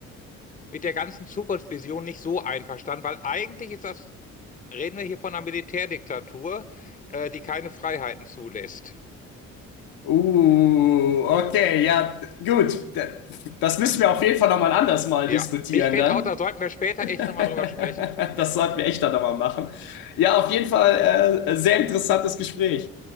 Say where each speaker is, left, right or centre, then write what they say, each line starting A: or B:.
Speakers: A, on the left; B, on the left.
A: mit der ganzen Zukunftsvision nicht so einverstanden, weil eigentlich ist das, reden wir hier von einer Militärdiktatur, äh, die keine Freiheiten zulässt.
B: Uh, okay, ja, gut. D- Das müssen wir auf jeden Fall nochmal anders mal
A: Ja,
B: diskutieren
A: ich finde
B: dann.
A: auch, da sollten wir später
B: <laughs>
A: echt nochmal drüber sprechen.
B: Das sollten wir echt dann nochmal machen. Ja, auf jeden Fall äh, sehr interessantes Gespräch.